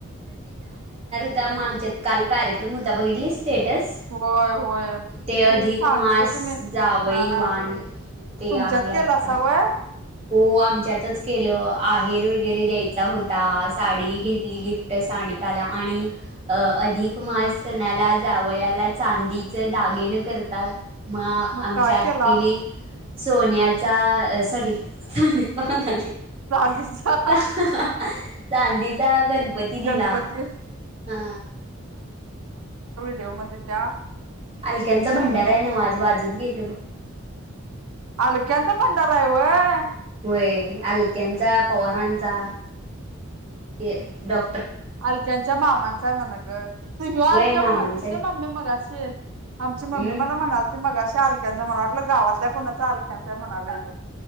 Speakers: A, on the right; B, on the right.
A: ता म आमच्यात काल कार्यक्रम होता बघितलीस स्टेट्स
B: होय होय
A: ते अधिक
B: सानूच
A: मास
B: तुम्ही
A: जावईवान
B: हा
A: ते
B: तुमच्यात
A: आहे
B: केलासा
A: आता
B: व्हय
A: हो आमच्यातच केलं आहेर वगैरे द्यायचा होता साडी घेत ली गिफ्ट सानिकाला आणि अं अधिक मास सणाला जावयाला चांदीच दागिन करतात. म
B: मग
A: आमच्या
B: काय
A: आत्तीनी
B: केला
A: सोन्याचा साठी <unintelligible>
B: चांदीचा
A: चांदीचा गणपती दिला.
B: गणपती
A: हा
B: देऊ मदे त्या
A: अलक्यांचा भंडारा हाय न्हव आज वाजत गेल ब
B: अलक्यांचा भंडारा हाय व्हय.
A: होय आलक्यांचा पवारांचा ते डॉ.
B: अलक्यांच्या माम मांचाय म्हणा ग त्यो हो आलीता
A: व्हय मामांचा
B: म्हणून आलतीस
A: आहे.
B: व्हय मम्मी मगाशी आमची
A: हम्म
B: मम्मी मला म्हणालती मगाश त्या अंलक्यांचं मला वाटलं गावातल्या कोणांच अलक्याचय म्हणालोय ग